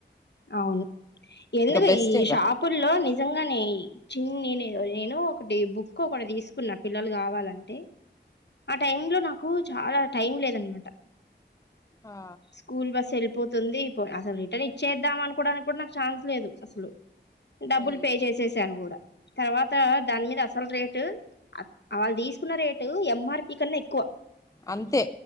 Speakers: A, on the left; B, on the left.
A: అవును ఎందుకు
B: బెస్ట్
A: ఈ
B: ఇంకా
A: షాపుల్లో నిజంగానే చిన్నినే నేను ఒకటీ బుక్ ఒకటి తీసుకున్న పిల్లలు గావాలంటే ఆ టైమ్ లో నాకు చాలా టైం లేదనమాట
B: ఆ
A: స్కూల్ బస్ ఎళ్ళిపోతుంది పొ అసలు రిటర్నే ఇ చేద్దాం అనుకోవడానికి గ్గుడా నాకు ఛాన్స్ లేదు అసలు, డబ్బులు
B: అయ్యో
A: పే చేసేసాను గూడ. తర్వాత దానిమీద అసలు రేటు ఆళ్ళు తీసుకున్న రేటు ఎం ఆర్ పి కన్న ఎక్కువ.
B: అంతే